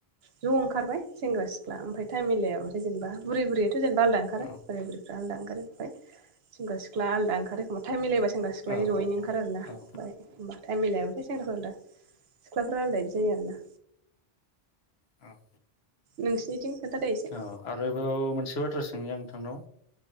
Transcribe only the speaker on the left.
औ
औ
औ
औ
औ
औ आरोबाव मोनसे बाथ्रा सोंनि आं नोंथांनाव